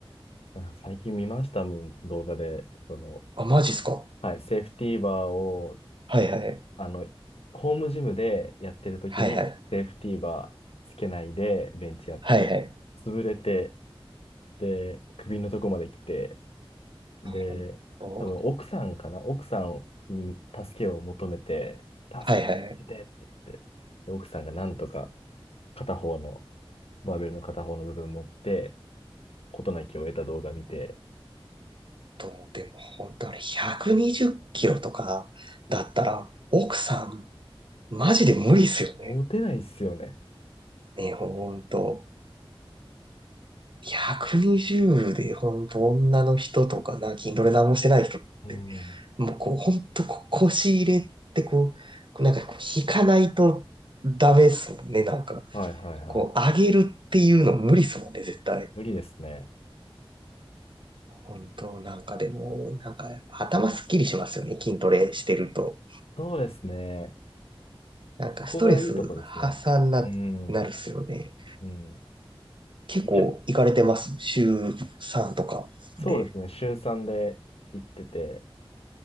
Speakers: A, on the left (about 80°); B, on the right (about 55°).
A: や最近見ましたもん、動画で。その、
B: あ、マジっすか。
A: はい、セーフティーバーを、
B: はいはい。
A: あの、ホームジムでやってる時に、
B: はいはい。
A: セーフティーバーつけないで、ベンチやって、
B: はいはい。
A: 潰れて、で、首のとこまで来て、で、
B: ほんと、
A: 多分奥さんかな奥さんに助けを求めて、
B: はいはい。
A: 助けてって言って、で、奥さんがなんとか片方の、バーベルの片方の部分持って、事なきを得た動画見て、
B: と、でも本当あれ120キロとかだったら、奥さん、マジで無理っすよね。
A: モテないっすよね。
B: ね、ほんと。120でほんと女の人とかな、筋トレ何もしてない人って、
A: うん。
B: もうこう、ほんとこ腰入れってこう、なんかこう引かないとダメっすもんね、なんか。
A: はいはいはい。
B: こう、上げるっていうの無理っすもんね、絶対。
A: 無理ですね。
B: 本当、なんかでも、なんか頭すっきりしますよね、筋トレしてると。
A: そうですね。
B: なんかストレス発散な、
A: そこがいいとこですね。うん。
B: なるっすよね。
A: うん。
B: 結構行かれてます。
A: 一番、
B: 週3とかで。
A: そうですね。週3で行ってて、